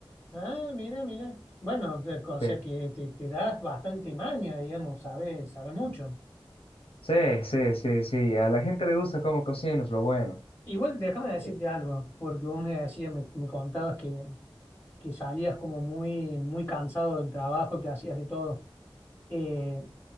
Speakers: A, on the left (about 25°); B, on the left (about 85°).
A: ah, mira, mira. Bueno, te- o sea
B: Sí,
A: que te, te das bastante maña, digamos, sabes, sabes mucho.
B: sí, sí, sí, sí. A la gente le gusta cómo cocinas, lo bueno.
A: Igual déjame decirte
B: Eh,
A: algo, porque vos me decías, me, me contabas que, que salías como muy, muy cansado del trabajo, que hacías de todo. Eh,